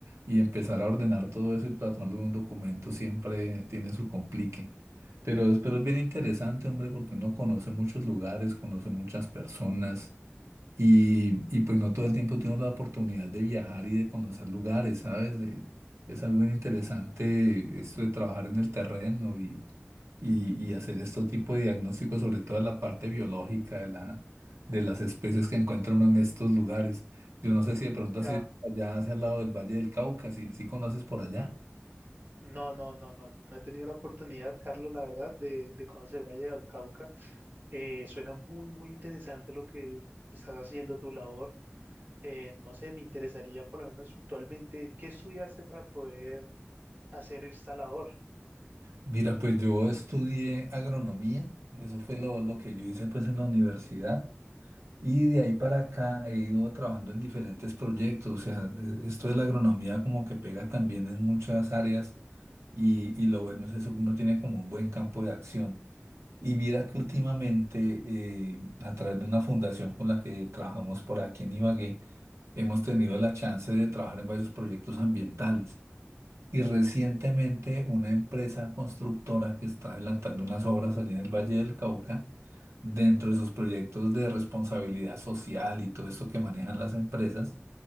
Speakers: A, on the right (about 85°); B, on the right (about 45°).
A: y empezar a ordenar todo eso y plasmarlo en un documento siempre tiene su complique. Pero es, pero es bien interesante, hombre, porque uno conoce muchos lugares, conoce muchas personas y, y pues no todo el tiempo tengo la oportunidad de viajar y de conocer lugares, ¿sabes? Eh, es algo bien interesante esto de trabajar en el terreno y, y, y hacer este tipo de diagnósticos, sobre todo de la parte biológica de la, de las especies que encuentra uno en estos lugares. Yo no sé si de pronto
B: Ya,
A: has ido allá hacia el lado del Valle del Cauca, si, si conoces por allá.
B: no, no, no, no, no he tenido la oportunidad, Carlos, la verdad, de, de conocer Valle del Cauca. Eh, suena muy, muy interesante lo que estás haciendo, tu labor. Eh, no sé, me interesaría por lo menos puntualmente qué estudiaste para poder hacer esta labor.
A: Mira, pues yo estudié agronomía, eso fue lo, lo que yo hice pues en la universidad. Y de ahí para acá he ido trabajando en diferentes proyectos, o sea, de- esto de la agronomía como que pega también en muchas áreas y, y lo bueno es eso que uno tiene como un buen campo de acción. Y mira que últimamente eh, a través de una fundación con la que trabajamos por aquí en Ibagué, hemos tenido la chance de trabajar en varios proyectos ambientales. Y recientemente una empresa constructora que está adelantando unas obras allí en el Valle del Cauca, dentro de sus proyectos de responsabilidad social y todo esto que manejan las empresas,